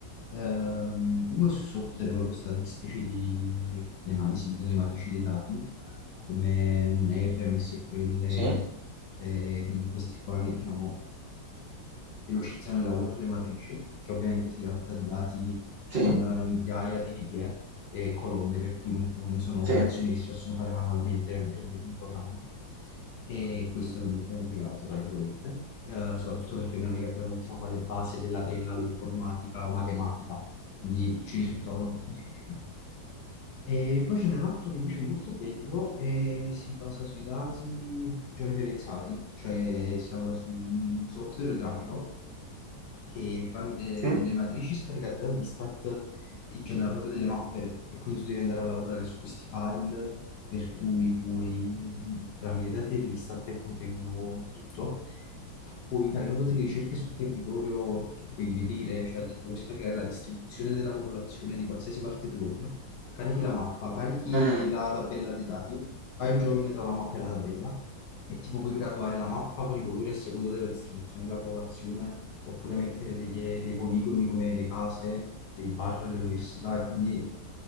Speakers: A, on the left; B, on the right.
A: Ehm, uno su software loro statistici di, di analisi delle matrici dei dati, come R, MSQL,
B: sì,
A: ehm, questi qua che diciamo velocizzano il lavoro sulle matrici, perché ovviamente si tratta di dati
B: sì,
A: con eh, migliaia di righe e colonne, per cui non, non sono operazioni
B: sì.
A: che si possono fare manualmente, hai bisogno di un programma. E questo è molto complicato, tra virgolette, eh, soprattutto perché noi non è che abbiamo chissà quale base della triennale informatica o matematica, quindi ci risultava un po' più difficile. E poi ce n'è un altro che invece è molto bello e si basa sui dati georeferenziati, cioè si lavora su un software grafico che tramite
B: sì.
A: delle matrici scaricate dall'Istat ti genera proprio delle mappe e quindi tu devi andare a lavorare su questi file per cui puoi, tramite i dati dell'Istat che contengono di tutto, puoi fare proprio delle ricerche sul territorio che puoi vedere, cioè ti puoi scaricare la distribuzione della popolazione di qualsiasi parte tu voglia Carichi la mappa, carichi
B: Mm.
A: la tabella dei dati, fai il join tra la mappa e la tabella e tipo puoi graduare la mappa con i colori a seconda della distribuzione della popolazione, oppure mettere degli- dei poligoni come le case, i bar, le università, e quindi